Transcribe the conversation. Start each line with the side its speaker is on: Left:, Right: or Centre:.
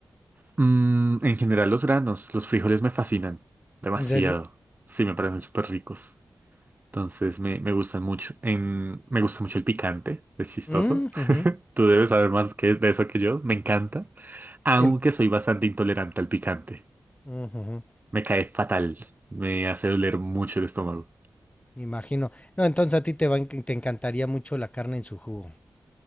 Right: mm, en general los granos, los frijoles me fascinan demasiado.
Left: ¿En serio?
Right: Sí, me parecen súper ricos. Entonces me, me gustan mucho. En- me gusta mucho el picante, es chistoso.
Left: Mm, ujú.
Right: <laughs> Tú debes saber más que, de eso que yo, me encanta. Aunque
Left: En-
Right: soy bastante intolerante al picante.
Left: ujujú.
Right: Me cae fatal. Me hace doler mucho el estómago.
Left: Me imagino. No, entonces a ti te va en- te encantaría mucho la carne en su jugo.